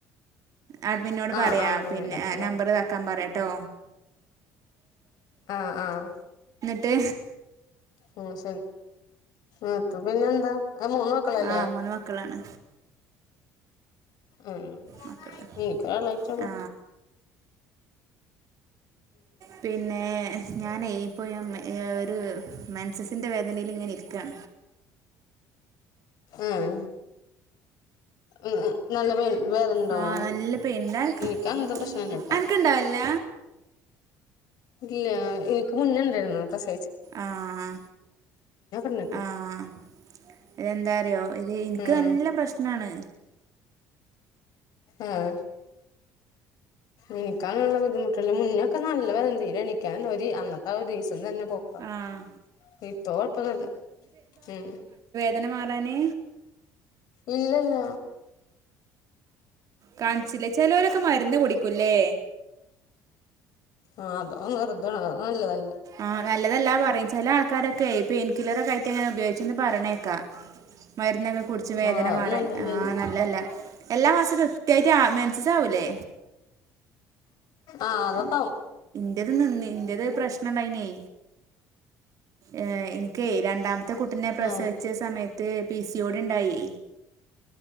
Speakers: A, on the right; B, on the left.
A: ആഡ്മിനോട്‌
B: ആഹ്
A: പറയാ
B: ആഹ്
A: പിന്നെ
B: എളക്കാൻ പറയ്
A: നമ്പർ ഇതാക്കാൻ പറയാട്ടോ
B: ആഹ് ആഹ്
A: ട്ട്
B: ഉം ശെരി അതു പിന്നെ എന്താ മൂന്ന് മക്കളല്ലേ
A: ആ മൂന്ന് മക്കളാണ്
B: ഉം
A: മക്കള്
B: എനിക്കരാളായിറ്റേ ഒള്ളൂ
A: ആ പിന്നെ ഞാനേ ഇപ്പോ ഒരു മൻസസിൻ്റെ വേദനെൽ ഇങ്ങനെ ഇരി ക്ക
B: ഉം ഉം നല്ല വേന വേദനണ്ടാവൊ
A: ആ നല്ല പെയിനുണ്ട് അനക്ക്
B: എനിക്ക്‌ അങ്ങനത്തെ പ്രശ്നല്ല ട്ടാ
A: അനക്കുണ്ടാവില്ല
B: ഇല്ല ഇനിക്ക് മുന്നുണ്ടായിരുന്നു പ്രസ
A: ആഹ്
B: ഉണ്ടായിരുന്നു
A: ആഹ് ഇതെന്താറിയോ ഇത് ഇനിക്ക്
B: ഉം
A: നല്ല പ്രശ്നാണ്
B: ആഹ് ഇനിക്ക്‌ അങ്ങനെള്ള ബുദ്ധിമുട്ടല് മുന്നൊക്കെ നല്ല വേദന തീരെ എണിക്കാൻ ഒരു അന്നത്തെ ഒരീസം ഇപ്പം തന്നെ പോക്കാ
A: ആഹ്
B: ഇപ്പ കൊഴപ്പന്നുല്ല ഉം
A: ദന മാറാന്
B: ഇല്ലല്ല
A: കാൺച്ചിലെ ചെലോലൊക്കെ മരുന്ന് കുടിക്കുംലെ
B: ആഹ് അത് വെറുതെആണ് നല്ലതല്ല
A: ആഹ് നല്ലതല്ലാ പറയും ചില ആൾക്കാരൊക്കെ ഇപ്പ എനി കിലറ കയറ്റ ഇങ്ങനെ ഉപയോഗിച്ചെന്ന് പറഞ്ഞേക്കാം മരുന്നൊക്കെ കുടിച്ച് വേദന
B: ആ അത്
A: മാറാൻ
B: നല്ലതല്ലല്ലേ
A: ആഹ് നല്ലല്ല എല്ലാ മാസവും കൃത്യമായിട്ട് മെൻസസാവൂല ലെ
B: ആഹ് അതൊക്കെആവും
A: എന്റത് നിന്ന്‌ എന്റത് പ്രശ്ണുണ്ടായിനേ ഏ എനിക്കെ രണ്ടാമ മത്തെ കുട്ടിനെ പ്രസവിച്ച
B: ആ
A: സമയത്ത് പി സിയിയോടിണ്ടായി